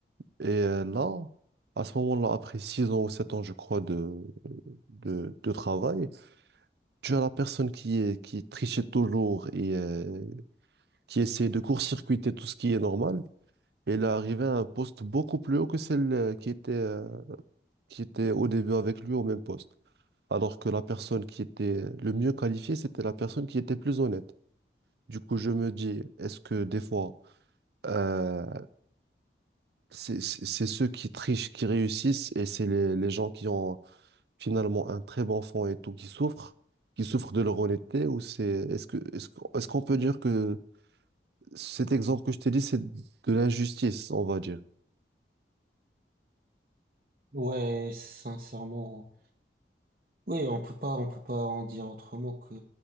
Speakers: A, on the right; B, on the right.
A: Et euh, là, à ce moment-là, après six ans ou sept ans, je crois, de, de, de travail, tu as la personne qui est, qui trichait toujours et euh, qui essayait de court-circuiter tout ce qui est normal. Et elle est arrivée à un poste beaucoup plus haut que celle euh, qui était, euh, qui était au début avec lui au même poste. alors que la personne qui était le mieux qualifiée, c'était la personne qui était plus honnête. Du coup, je me dis, est-ce que des fois, euh, c'est c'est- c'est ceux qui trichent qui réussissent et c'est les, les gens qui ont finalement un très bon fond et tout qui souffrent, qui souffrent de leur honnêteté ou c'est, est-ce que, est-ce qu'on est-ce qu'on peut dire que cet exemple que je t'ai dit, c'est de l'injustice, on va dire.
B: ouais, sincèrement, oui, on peut pas, on peut pas en dire autrement que